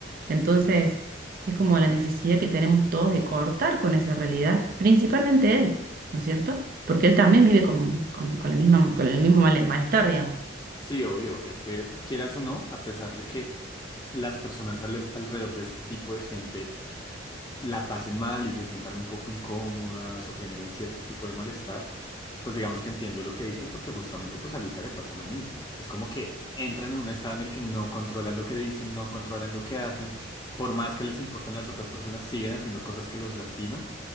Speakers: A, on the right; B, on the left.
A: Entonces... Es como la necesidad que tenemos todos de cortar con esa realidad, principalmente él, ¿no es cierto? Porque él también vive con, con, con la misma, con el mismo mal- malestar, digamos.
B: Sí, obvio, es que quieras o no, a pesar de que las personas al- alrededor de este tipo de gente la pasen mal y se sientan un poco incómodas o generen cierto tipo de malestar, pues digamos que entiendo lo que dices porque justamente pues a Luisa le pasa lo mismo. Es como que entran en un estado en el que no controlan lo que dicen, no controlan lo que hacen, por más que les importen las otras personas, siguen haciendo cosas que los lastiman